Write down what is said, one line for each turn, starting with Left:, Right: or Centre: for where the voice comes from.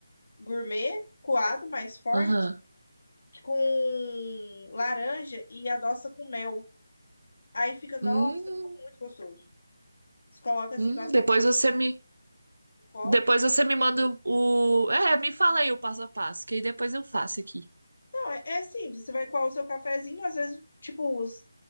Left: gourmet, coado, mais forte.
Right: Aham.
Left: com laranja e adoça com mel. Aí fica, nossa,
Right: Hum,
Left: ficou muito gostoso. Você coloca assim
Right: hum,
Left: bastante
Right: depois você me,
Left: no copo.
Right: depois você me manda o, é, me fala aí o passo a passo, que aí depois eu faço aqui.
Left: Não, é, é simples. Você vai coar o seu cafezinho, às vezes, tipo, os-